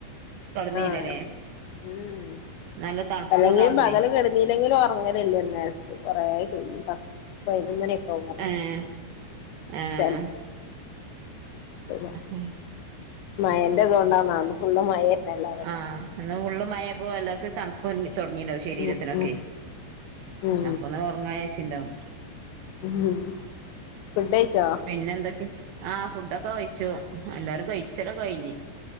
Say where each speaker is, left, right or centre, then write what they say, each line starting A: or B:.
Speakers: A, on the right; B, on the left.
A: തൊടന്നീല്ലല്ലേ
B: ആഹ് ഉം
A: നല്ല തണുപ്പും
B: അല്ലെങ്കി
A: ഉണ്ടാവുമ്പളേ
B: ഞാൻ പകല് കെടു ഇല്ലെങ്കിലും ഉറങ്ങലില്ലനേരത്ത് കൊറേ <unintelligible> പതിനൊന്നണിയൊക്കെ ആകൂം ഒറങ്ങാൻ
A: ഏഹ് ഏഹ്
B: ലെ <unintelligible>
A: ആഹ്
B: മഴന്റെതോണ്ടാ ഒന്നാമെ ഫുള്ളും മഴന്നലേ
A: ആഹ് എന്ന ഫുള്ള് മഴപോ എല്ലാവർക്കും തണുപ് തണ്പ്പ് തൊടങ്ങിണ്ടാവും ശരീരത്തിനൊക്കെ
B: ഉം ഉം ഉം
A: അപ്പൊന്ന് ഒറങ്ങാരാരിച്ചിണ്ടാവും
B: ഹ്മ്മ്. ഫുഡഴിച്ചോ?
A: പിന്നെ എന്തൊക്കെ, ആഹ് ഫുഡൊക്കെ കഴിച്ചു. എല്ലാരും കഴിച്ചലൊക്കെ കഴിഞ്ഞ്.